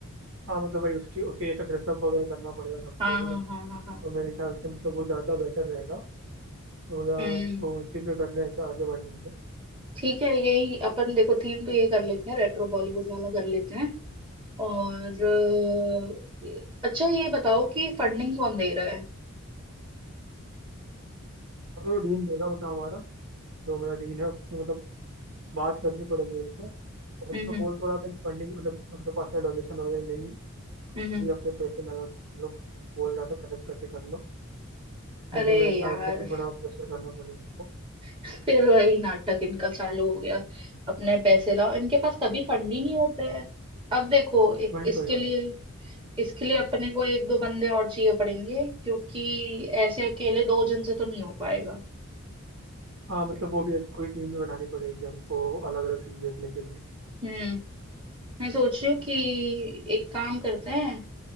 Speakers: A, on the right; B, on the right.
A: हाँ मतलब वही उसकी उसके जैसा ड्रेसअप वगैरह करना पड़ेगा सबको
B: हाँ
A: है
B: हाँ
A: ना
B: हाँ हाँ
A: तो
B: हाँ
A: मेरे ख्याल से मतलब वो ज़्यादा बेटर रहेगा तो यार
B: हम्म
A: तो इसी पे करना है क्या आगे बढ़ना है क्या
B: ठीक है यही अपन देखो थीम तो ये कर लेते हैं रेट्रो बॉलीवुड वाला कर लेते हैं और अ, अच्छा ये बताओ कि फंडिंग कौन दे रहा है
A: तो डीन देगा मतलब हमारा जो मेरा डीन है उसमें मतलब बात करनी पड़ेगी उससे पहले
B: हम्म
A: तो बोल तो रहा था कि फंडिंग मतलब उनके पास में डोनेशन वगैरह नहीं है तो खुद
B: हम्म हम्म।
A: ही अपने पैसे लगा के कर लो कुछ बोल रहा था कलेक्ट करके कर लो
B: अरे
A: लेकिन मेरे
B: यार
A: ख्याल से तो थोड़ा प्रेशर करना पड़ेगा उनको
B: <laughs> फिर वही नाटक इनका चालू हो गया अपने पैसे लाओ इनके पास कभी फंड ही नहीं होता है अब देखो एक,
A: वही
B: इसके
A: तो यार
B: लिए इसके लिए अपने को एक दो बंदे और चाहिए पड़ेंगे क्योंकि ऐसे अकेले दो जन से तो नहीं हो पाएगा
A: हाँ मतलब वो भी एक पूरी टीम भी बनानी पड़ेगी हमको अलग अलग चीज़ देखने के लिए
B: हम्म मैं सोच रही हूँ कि एक काम करते हैं